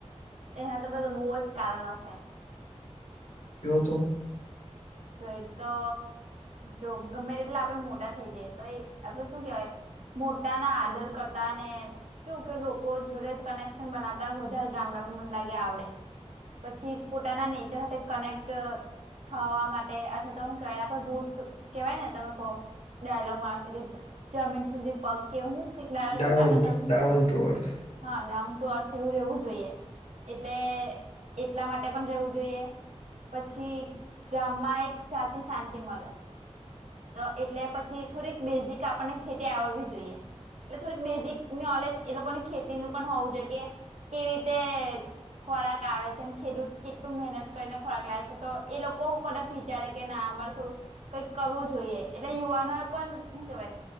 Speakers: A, on the right (about 80°); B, on the left (about 80°).
A: એના તો બધાં બહુ જ કારણો છે.
B: ક્યો તો
A: જો એક તો જો ગમે તેટલા આપડે મોટા થઈ જઈએ તો એ આપે શું કેવાય મોટાના આદર કરતાને કેવું કે લોકો જોડે જ કનેક્શન બનાવતા વધારે ગામડામાં મને લાગે આવડે. પછી પોતાના નેચર હાથે કનેક્ટ થવા મા ટે અથવા તો હું કેવાય આપણે રૂટસ કેવાય ને તમે કો ડાયલોગમાં છે, કે જમીન સુધી પગ કે હું કંઈક ડાયલોગ
B: ડાઉન
A: નહી મારતા તમે
B: ડાઉન ટુ અર્થ
A: હા ડાઉન ટુ અર્થ એવું રહેવું જોઈએ. એટલે એટલા માટે પણ રહેવું જોઈએ, પછી માં એક જાતની શાંતિ મલે. તો એટલે પછી થોડીક બેઝીક આપણને ખેતી આવડવી જોઈએ. એટલે થોડીક બેઝિક નોલેજ એ લોકોને ખેતીનું પન હોવું જોઈએ કે કેવી રીતે ખોરાક આવે છે ને ખેડૂત કેટલું મહેનત કરીને ખોરાક લાવે છે, તો એ લોકો કદાચ વિચારે કે ના અમારે થોડુંક કંઈક કરવું જોઈએ એટલે યુવાનો એ પણ હું કેવાય